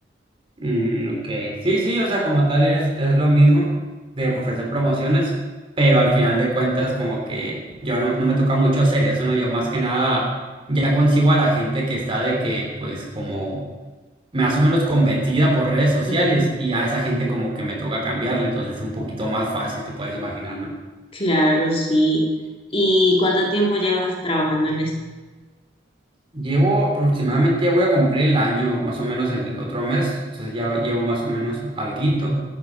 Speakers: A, on the right; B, on the left.
A: Mm, ok, sí, sí, o sea, como tal es, es lo mismo de ofrecer promociones, pero al final de cuentas como que yo no, no me toca mucho hacer eso, ¿no? Yo más que nada ya consigo a la gente que está de que pues como más o menos convencida por redes sociales
B: Ujú.
A: y a esa gente como que me toca cambiarle, entonces es un poquito más fácil, te puedes imaginar, ¿no?
B: Claro, sí. ¿Y cuánto tiempo llevas trabajando en eso?
A: Llevo aproximadamente, ya voy a cumplir el año, más o menos el otro mes, entonces ya llevo más o menos alguito,